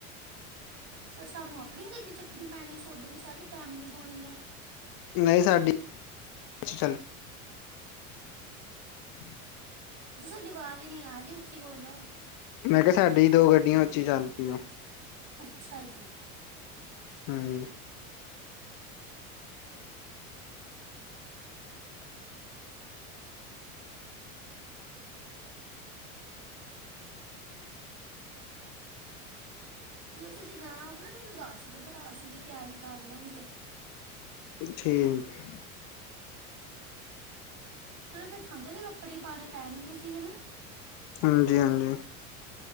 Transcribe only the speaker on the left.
ਨਹੀਂ ਸਾਡੀ ਚ ਚੱਲ <inaudible>
ਮੈਂ ਕਿਹਾ ਸਾਡੀ ਦੋ ਗੱਡੀਆਂ ਉਚ ਹੀ <unintelligible>
ਹਮ
<unintelligible> ਠੀਕ
ਹਾਂਜੀ ਹਾਂਜੀ